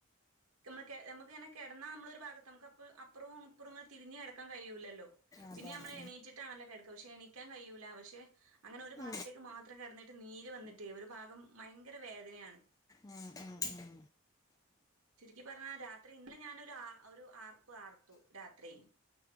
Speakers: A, on the right; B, on the left.
A: ക്ക് അമ്മള് ഞമ്മക്ക്ങ്ങനെ കെടന്നാ നമ്മളൊരു ഭാഗത്ത് നമുക്ക് അപ്പ അപ്പൊറവും ഇപ്പുറവും ഇങ്ങനെ തിരിഞ് കെടക്കാൻ കയ്യുലല്ലോ
B: അതാണ്
A: പിന്നെ ഞമ്മള് എണീച്ച്ട്ടാണല്ലോ കെട്ക്ക പക്ഷെ എണിക്കാൻ കയ്യൂല്ല പക്ഷെ അങ്ങനെ ഒരു
B: ഉം
A: ഭാഗത്തേക്ക് മാ ത്രം കിടന്നിട്ട് നീര് വന്നിട്ടേ ഒരു ഭാഗം ഭയങ്കര വേദനയാണ്
B: ആഹ് ആഹ് ആഹ്
A: ചുരുക്കി പറഞ്ഞാ രാത്രി ഇന്നല ഞാനൊരു ആ ഒരു ആർപ്പ് ആർത്തു രാത്രി